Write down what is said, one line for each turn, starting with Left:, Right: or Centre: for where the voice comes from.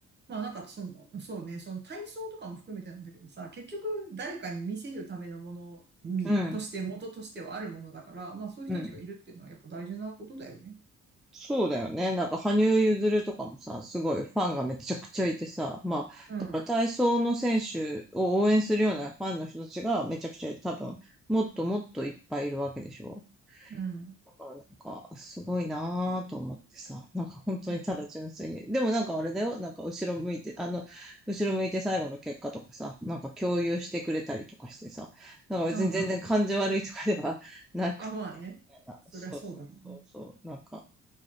Right: まあなんかその、そうね、その体操とかも含めてなんだけどさ、結局誰かに見せるためのものに、
Centre: うん。
Right: として、元としてはあるものだから、まあそういう人たちがいるっていうのはやっぱ大事なことだよね。
Centre: うん。そうだよね。なんか、羽生結弦とかもさ、すごいファンがめちゃくちゃいてさ、まあ、
Right: うん。
Centre: だから体操の選手を応援するようなファンの人たちがめちゃくちゃ多分、もっともっといっぱいいるわけでしょ。
Right: うん。
Centre: だからなんか、すごいなぁと思ってさ、なんか本当にただ純粋に。
Right: うん。
Centre: でもなんかあれだよ、なんか後ろ向いて、あの、後ろ向いて最後の結果とかさ、なんか共有してくれたりとかしてさ、なんか別に全然感じ悪いとかではなくて、
Right: うんあ、まあね。そりゃそうだろうね。
Centre: そうそうそうそう、なんか、